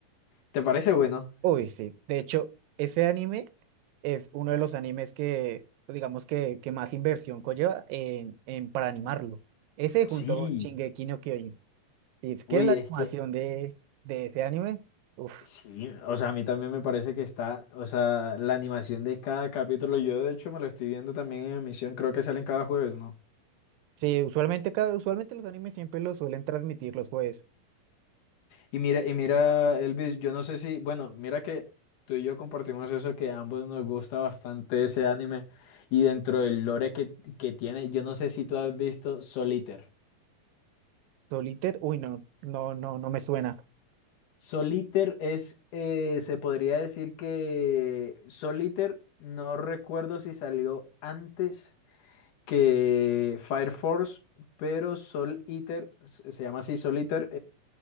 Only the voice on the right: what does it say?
Uy, sí. De hecho, ese anime es uno de los animes que, digamos que, que más inversión conlleva en, en- para animarlo. Ese junto
con Shingeki no Kyojin. Y es que
la animación
de, de ese anime, uff.
Sí, usualmente, cada, usualmente los animes siempre los suelen transmitir los jueves.
Solitaire, uy, no, no, no, no me suena.